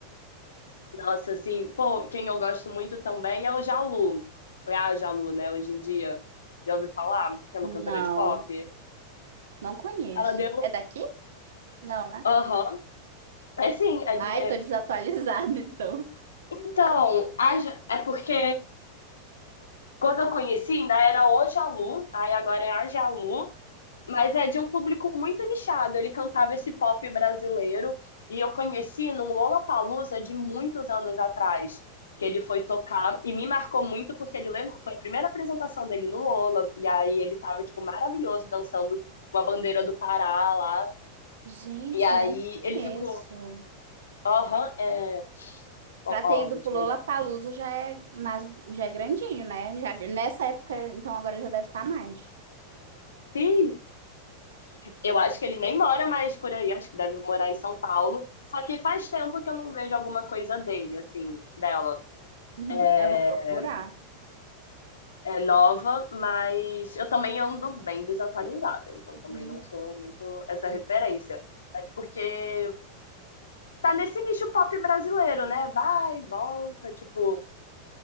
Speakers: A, on the left; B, on the right.
A: Nossa, assim, pô, quem eu gosto muito também é o Jalu. É a Jalu, né, hoje em dia. Já ouviu falar? Que é
B: Não,
A: uma cantora de pop.
B: não conheço.
A: Ela deu.
B: É daqui? Não, né?
A: Aham. É assim, é
B: Ai,
A: de- é-
B: tô desatualizada, <laughs> então.
A: então, a Ja- é porque quando eu conheci ainda era o Jalu, aí agora é a Jalu. Mas é de um público muito nichado. Ele cantava esse pop brasileiro e eu conheci num Lollapalooza de muitos anos atrás, que ele foi tocar e me marcou muito porque ele levou- foi a primeira apresentação dele no Lola e aí ele tava tipo maravilhoso dançando com a bandeira do Pará lá.
B: Gente,
A: E aí
B: não conheço.
A: ele ficou, aham, é, ó,
B: Pra ter
A: ó,
B: ido
A: vou
B: pro
A: te
B: Lollapalooza
A: mandar.
B: já é, mais, já é grandinho, né? Já, nessa época, então agora já deve estar mais.
A: Ih, eu acho que ele nem mora mais por aí, acho que deve morar em São Paulo. Só que faz tempo que eu não vejo alguma coisa dele, assim, dela.
B: Uhum,
A: é,
B: eu vou procurar.
A: é nova, mas eu também ando bem desatualizada, então
B: Uhum.
A: também não sou muito essa referência. Mas porque tá nesse nicho pop brasileiro, né? Vai, volta, tipo,